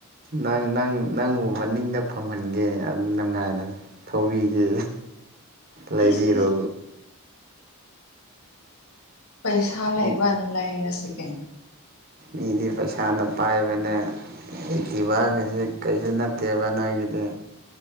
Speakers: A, on the right; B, on the left.
A: ꯅꯪ ꯅꯪ ꯅꯪꯕꯨ ꯃꯅꯤꯡꯗ ꯐꯝꯍꯟꯒꯦ ꯑꯗꯨꯝ ꯅꯨꯡꯉꯥꯏꯅꯁ ꯊꯧꯕꯤꯒꯦ
B: ꯏꯁ
A: ꯂꯩꯕꯤꯔꯣ
B: ꯏꯁ ꯄꯩꯁꯥ ꯂꯩꯕꯅ
A: ꯃꯤ
B: ꯂꯩꯔꯁꯤꯒꯦ
A: ꯃꯤꯗꯤ ꯄꯩꯁꯥꯅ ꯄꯥꯏꯕꯅꯦ ꯗꯤꯚꯒꯁꯦ ꯀꯩꯁꯨ ꯅꯠꯇꯦꯕ ꯅꯣꯏꯒꯤꯗꯤ